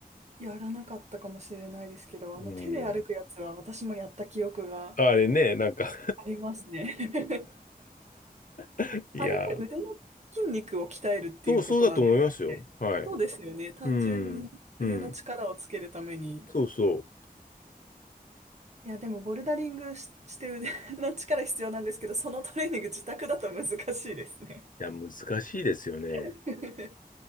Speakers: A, on the right; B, on the left.
A: やらなかったかもしれないですけど、
B: うん。
A: あの、手で歩くやつは私もやった記憶が
B: あれね、なんか
A: ありますね。<laughs>
B: <laughs> いや、
A: あれって腕の筋肉を鍛えるっていうことなんでしたっけそうですよね。
B: そう、そうだと思いますよ。はい。
A: 単純に腕の力をつけるために。
B: うん。うん。そうそう。
A: いや、でもボルダリングし、して腕の力必要なんですけど、そのトレーニング自宅だと難しいですね。
B: いや、難しいですよね。
A: <laughs>